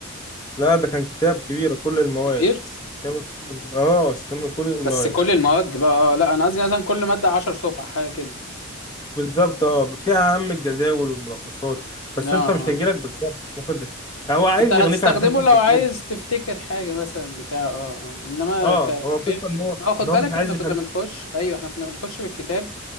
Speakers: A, on the left; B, on the left.
A: لا ده كان كتاب كبير كل المواد
B: كبير
A: شامل كل الم... اه شامل كل المواد
B: بس كل المواد بقى آه، لا انا قصدي مثلا كل ماده 10 صفحه حاجه كده
A: بالظبط اه فيها اهم الجداول والملخصات بس
B: اه اه
A: انت مش هيجيلك بالظبط ممكن تست... هو عايز
B: انت هتستخدمه
A: يغنيك عن حته
B: لو
A: الايه
B: عايز تفتكر حاجه مثلا بتاع اه اه انما
A: اه
B: كفهم
A: هو قصه ان هو
B: اه خد
A: ان هو
B: بالك
A: مش عايز
B: احنا كنا
A: يخليك
B: بنخش ايوه احنا كنا بنخش بالكتاب